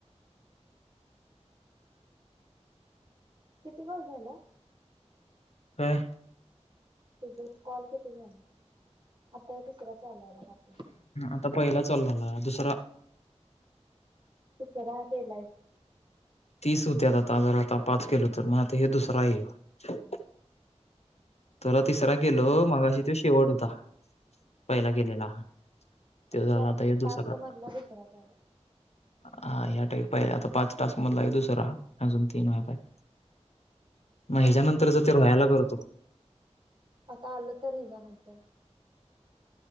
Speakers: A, on the right (about 45°); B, on the left (about 65°).
A: किती काॅल झालं.
B: काय
A: तुझ कॉल किती झालं आता हा तिसरा चालू आहे बघ आपला.
B: आता पहिला चालू झालाय दुसरा
A: तिसरा केलायिस
B: तीस होत्यात आता जर आता पाच केलो तर मग आता हे दुसरां आहे ह्यो तुला तिसरा
A: हा
B: केेलो मगाशी तो शेवट होता. पहिला
A: हा.
B: केलेला तो
A: म्हणजे
B: झाला आता ह्यो
A: टास्क
B: दुसरा
A: मधला दुसरा झाला
B: हा या टाईप आहे आता पाच टाॅस मधला हा दुसरा अजून तीन व्हायला पाहिजे मग ह्याच्यानंतरच ते रोयाला करतो.
A: आता आलं तर हेज नंतर